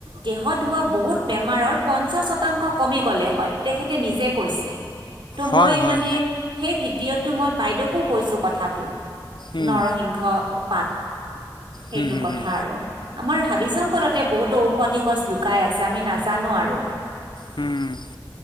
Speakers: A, on the right (about 75°); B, on the left (about 70°).
A: দেহত হোৱা বহুত বেমাৰৰ পঞ্চাশ শতাংশ কমি গ'লে হয় তেখেতে নিজে কৈছে। ত' মই
B: হয় হয়
A: মানে সেই ভিদিঅটো মই বাইদেউকো কৈছো কথাটো।
B: উম,
A: নৰসিংহ পাত সেইটো
B: হম, হম,
A: কথা
B: হম,
A: আৰু। আমাৰ হাব হাবি জংঘলতে বহুতো ঔষধি গছ লুকাই আছে আমি নাজানো আৰু।
B: হম।